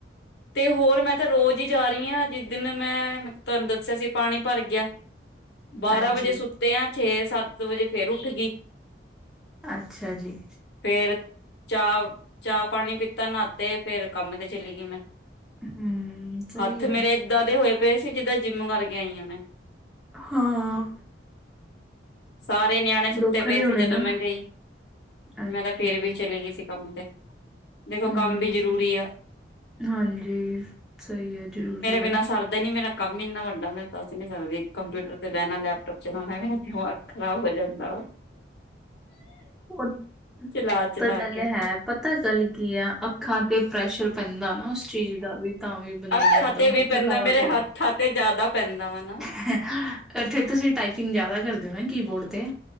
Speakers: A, on the left (about 60°); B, in the centre.
A: ਤੇ ਹੋਰ ਮੈ ਤਾਂ ਰੋਜ਼ ਹੀ ਜਾ ਰਹੀ ਹਾਂ ਜਿ- ਦਿਨ ਮੈਂ ਤੁਹਾਨੂੰ ਦੱਸਿਆ ਸੀ ਪਾਣੀ ਭਰ ਗਿਆ, ਬਾਰਾਂ
B: ਹਾਂਜੀ,
A: ਵਜੇ ਸੁੱ- ਤੇ ਆ ਛੇ ਸੱਤ ਵਜੇ ਫੇਰ ਉੱਠ ਗਈ।
B: ਅਛਾ ਜੀ-
A: ਫੇਰ ਚਾਹ- ਚਾਹ ਪਾਣੀ ਪੀਤਾ ਨਹਾਤੇ ਫੇਰ ਕੰਮ ਤੇ ਚਲੀ ਗਈ ਮੈ-
B: ਹੂੰ, ਸਹੀ
A: ਹੱਥ
B: ਆ,
A: ਮੇਰੇ ਏਦਾਂ ਦੇ ਹੋਏ ਪਏ ਸੀ ਜਿੱਦਾਂ ਜਿੰਮ ਕਰਕੇ ਆਈ ਹਾਂ ਮੈ-
B: ਹਾਂ-
A: ਸਾਰੇ ਨਿਆਣੇ ਸੁੱਤੇ
B: ਦੁੱਖਦੇ
A: ਪਏ
B: ਹੋਣੇ
A: ਸੀ ਜਦੋ
B: ਨਾ,
A: ਮੈਂ ਗਈ।
B: ਅੱਛਾ,
A: ਮੈ ਤਾਂ ਫੇਰ ਵੀ ਚਲੀ ਗਈ ਸੀ ਕਮ ਤੇ, ਦੇਖੋ
B: ਹੂੰ,
A: ਕਮ ਵੀ ਜ਼ਰੂਰੀ ਆ।
B: ਹਾਂਜੀ ਸਹੀ ਹੈ। ਜ਼ਰੂਰੀ ਹੈ।
A: ਬਿਨਾ ਸਰਦਾ ਨੀ, ਮੇਰਾ ਕਮ ਹੀ ਇਨਾ ਵਡਾ ਮੈ ਦੱਸ ਨੀ ਸਕਦੀ ਕੰਪਿਊਟਰ ਤੇ ਬਹਿਣਾ ਲੈਪਟੋਪ ਚਲਾਉਣਾ ਮੇਰਾ ਦਿਮਾਗ- ਖਰਾਬ ਹੋ ਜਾਂਦਾ ਵਾ-
B: ਹੋਰ
A: ਚਲਾ-ਚਲਾ
B: ਤਾਂ ਗੱਲ
A: ਕੇ।
B: ਹੈ। ਪਤਾ ਗੱਲ ਕੀ ਆ ਅੱਖਾਂ ਤੇ ਪ੍ਰੈਸ਼ਰ ਪੈਂਦਾ ਨਾ ਉਸ ਚੀਜ ਦਾ ਵੀ। ਤਾਂ ਵੀ ਬੰਦੇ
A: ਅੱਖਾਂ
B: ਨੂੰ ਏਦਾਂ
A: ਤੇ
B: ਹੋਏ
A: ਵੀ
B: ਥਕਾਵਟ
A: ਪੈਂਦਾ ਮੇਰੇ ਹੱਥਾਂ ਤੇ ਜਿਆਦਾ ਪੈਂਦਾ ਵਾ ਨਾ-
B: ਹਾ ਓਥੇ ਤੁਸੀ ਟਾਈਪਿੰਗ ਜਿਆਦਾ ਕਰਦੇ ਓ ਨਾ ਕੀਬੋਰਡ ਤੇ।